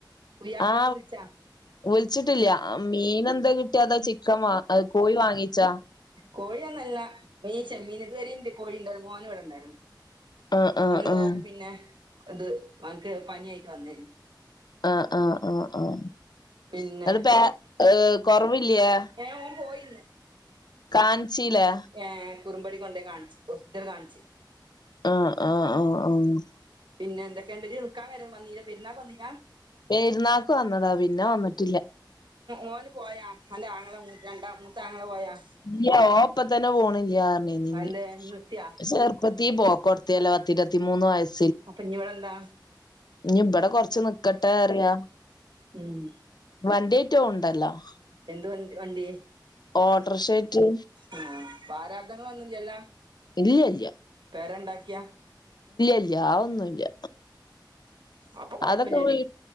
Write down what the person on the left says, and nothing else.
ആ
വിളിച്ചിട്ടില്ല മീൻ എന്താ കി ട്ടിയതാ ചിക്കൻ വ കോഴി വാങ്ങിച്ചാ
ആഹ് ആഹ്
ആഹ്
ആ ആ ആ ആ
<unintelligible> കൊറവില്ലയേ
കാൻചിലെ
ആഹ് ആഹ് ആഹ് ആഹ് -
പരുന്നാക്ക് വന്നതാ പിന്ന വന്നിട്ടില്ല-
ഇല്ല ഓ അപ്പ തന്നെ പോണില്ലാണിനി-
<unintelligible> പത്തിരുപത്തി മൂന്ന് വയസ്
ഞി ഇവിടെ കൊറച്ച് നിക്കട്ടെ അറിയാ
വണ്ടിയേറ്റോ ഉണ്ടല്ലോ -
ഓട്ടറ്ഷേറ്റ്-
ഇല്ലൃ ഇല്ലൃ-
ഇല്ല്യ അതൊന്നുല്ല്യ
അതൊക്കെ വി